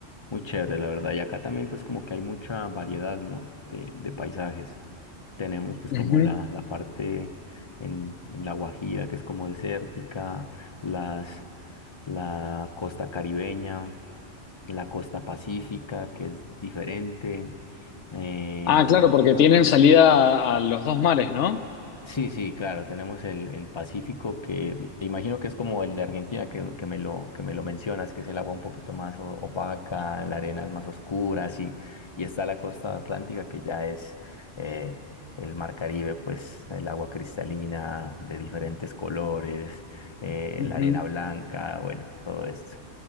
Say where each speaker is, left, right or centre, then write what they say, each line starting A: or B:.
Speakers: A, on the left (about 30°); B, on the left (about 70°).
A: muy chéveres, la verdad. Y acá también pues como que hay mucha variedad, ¿no? De, de paisajes. Tenemos pues
B: ujú.
A: como la, la parte en, en La Guajira que es como desértica, las, la costa caribeña la costa pacífica, que es diferente. Eh,
B: Ah, claro, porque tienen salida a, a los dos mares, ¿no?
A: sí, sí, claro, tenemos el, el Pacífico, que imagino que es como el de Argentina, que, que me lo, que me lo mencionas, que es el agua un poquito más o- opaca, la arena es más oscura, sí. Y está la costa atlántica, que ya es eh, el mar Caribe, pues el agua cristalina de diferentes colores, eh,
B: Ujú,
A: la arena blanca, bueno, todo esto.